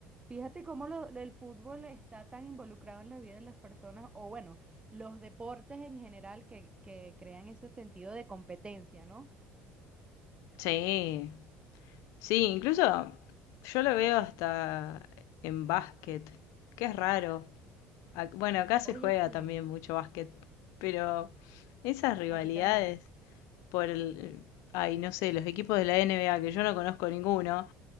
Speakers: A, on the right; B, on the left.
A: Fíjate cómo lo- lo- el fútbol está tan involucrado en la vida de las personas, o bueno, los deportes en general que, que crean ese sentido de competencia, ¿no?
B: Sí, sí, incluso yo lo veo hasta en básquet, que es raro. Ac- Bueno, acá se
A: Oye,
B: juega
A: sí,
B: también mucho básquet, pero esas rivalidades
A: aquí también.
B: por el, ay, no sé, los equipos de la N B A que yo no conozco ninguno,